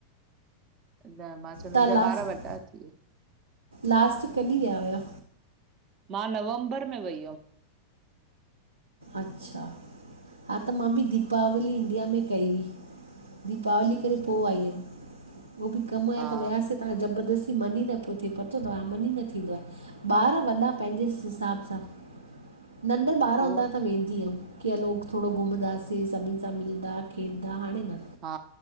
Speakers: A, on the right; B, on the right.
A: न मां चो
B: तव्हां
A: मुंहिंजा
B: लास्ट
A: ॿार वॾा थीया
B: लास्ट कॾी व्या हुआ?
A: मां नवंबर में वई हुअम।
B: अच्छा हा त मां बि दीपावली इंडिया में कई हुई। दीपावली
A: अच्छा
B: करे पो आई हुयम उह बि कम आया
A: हा
B: त वयासि ताहां ज़बरदस्ती मन ई न प्यो थे पतो तव हा मन ई न थींदो आ। ॿार वॾा पैंजे हिसाब सां, नंढा ॿार
A: उहो
B: हूंदा हा त वेंदी हम की हलो थोड़ो घुमदासीं, सभिन सां मिलदा खेॾदा, हाणे न।
A: हा,